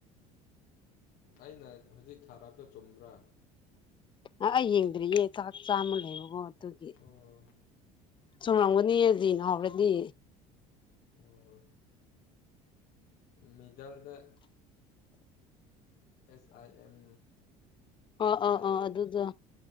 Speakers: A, on the left; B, on the left.
A: ꯑꯩꯅ ꯍꯧꯖꯤꯛ ꯊꯥꯔꯞꯇ ꯆꯨꯝꯕ꯭ꯔꯥ
B: ꯑ ꯑꯩ ꯌꯦꯡꯗ꯭ꯔꯤꯌꯦ ꯆꯥꯛ ꯆꯥꯃ ꯂꯩꯕꯨ ꯑꯣ ꯑꯗꯨꯒꯤ
A: ꯑꯣ
B: ꯆꯨꯝꯔꯝꯒꯅꯤꯌꯦ ꯗꯤꯅ ꯍꯧꯔꯗꯤ
A: ꯑꯣ ꯃꯤꯗꯜꯗ ꯑꯦꯁ ꯑꯥꯏ ꯑꯦꯝ
B: ꯑꯥ
A: ꯑꯦꯁ
B: ꯑꯥ
A: ꯑꯥꯏ
B: ꯑꯥ ꯑꯗꯨꯗ